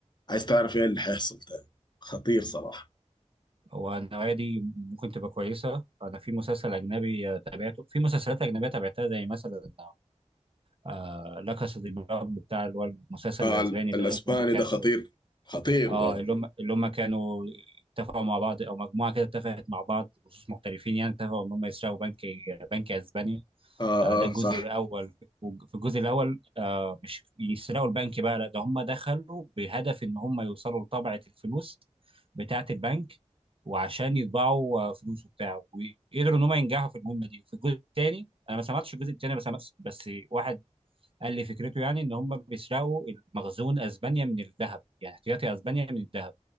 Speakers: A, on the left; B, on the right.
A: عايز تعرف إيه اللي حيحصل تاني خطير صراحة
B: والنوعيه دي ممكن تبقى كويسه انا في مسلسل اجنبي آه، تابعته في مسلسلات اجنبيه تابعتها زي مثلا آه لا كاسا دي بابل بتاع اللي هو المسلسل
A: آه
B: الاسباني
A: ال- الأسباني
B: ده اللي هم كانوا
A: ده خطير خطير
B: اه
A: ده
B: اللي هم اللي هم كانوا اتفقوا مع بعض او مجموعه كده اتفقت مع بعض بخصوص محترفين يعني اتفقوا ان هم يسرقوا بنك بنك اسباني
A: آه
B: آه ده الجزء
A: آه صح
B: الاول في الجزء الاول آه مش يسرقوا البنك بقى لا ده هم دخلوا بهدف ان هم يوصلوا لطبعه الفلوس بتاعه البنك وعشان يطبعوا آه، فلوسه بتاعه وقدروا ان هم ينجحوا في المهمه دي وفي الجزء الثاني انا ما سمعتش الجزء الثاني بس بس واحد قال لي فكرته يعني ان هم بيسرقوا المخزون اسبانيا من الذهب يعني احتياطي اسبانيا من الذهب